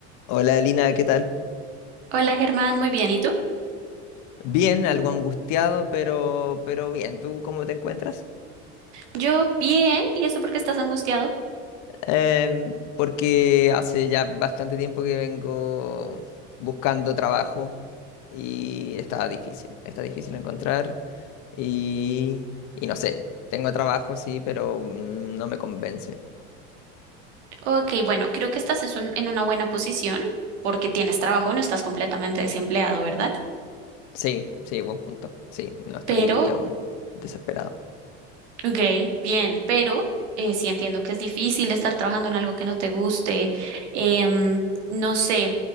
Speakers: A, on the left; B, on the right.
A: Hola Lina, ¿qué tal?
B: Hola Germán, muy bien. ¿Y tú?
A: Bien, algo angustiado, pero, pero bien. ¿Tú cómo te encuentras?
B: Yo bien. ¿Y eso por qué estás angustiado?
A: Em, porque hace ya bastante tiempo que vengo buscando trabajo y está difícil, está difícil encontrar y, y no sé, tengo trabajo sí, pero mm, no me convence.
B: Ok, bueno, creo que estás es un- en una buena posición porque tienes trabajo, no estás completamente desempleado, ¿verdad?
A: Sí, sí, buen punto. Sí, no estoy
B: Pero,
A: aún desesperado.
B: ok, bien, pero eh, sí entiendo que es difícil estar trabajando en algo que no te guste. em, no sé.